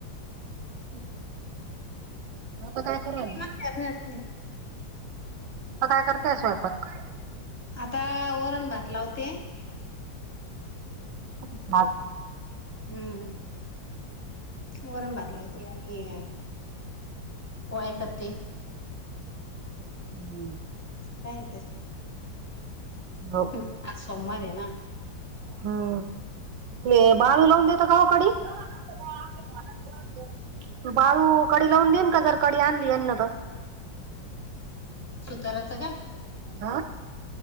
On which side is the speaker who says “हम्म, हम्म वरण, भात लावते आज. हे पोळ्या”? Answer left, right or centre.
Left